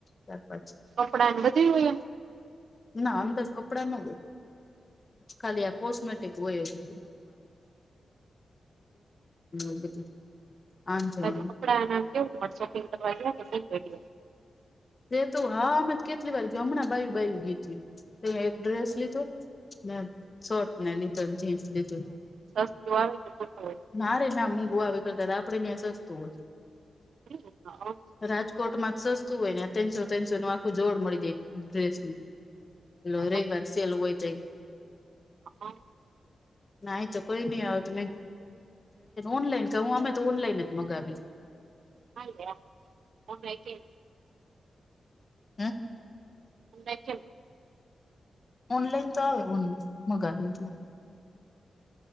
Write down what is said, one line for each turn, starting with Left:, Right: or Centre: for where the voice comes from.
Left: ચાર પાંચ
Right: કપડા અને બધુ હોય એમ
Left: ના અંદર કપડા ના હોય ખાલી આ કોસ્મેટ હોય એ ન લ બધું <unintelligible> આંજણ
Right: કારણકે કપડા ને આમ કેવુ બહાર સોપિંગ કરવા ગયા હોય ને એમ
Left: એતો હા અમે કેટલીય વાર ગયા હમણા બાયુ બાયુ ગયાતા એક ડ્રેસ લીધો અને શર્ટ લીધા અને જીન્સ લીધુ.
Right: સસ્તુ આવે કે મોંઘુ હોય?
Left: નારે ના મોંઘુ આવે જરા આપડે ત્યા સસ્તુ હોય.
Right: હ <inaudible>
Left: રાજકોટમાં જ સસ્તુ હોય ને ત્રણસો ત્રણસોનુ આખુ જોડ મળી જાય ડ્રેસનુ.
Right: હોય
Left: રવિવાર સેલ હોય ત્યા
Right: હ <inaudible>
Left: ના અહી તો કોઈ નહી આવે તો ઓનલાઈન કરિએ અમે તો ઓનલાઈન જ મંગાવીએ.
Right: હલે ઓમઈતે.
Left: હમ.
Right: એ કે.
Left: ઓનલાઈન તો આવે ઓનન મગા આપ ત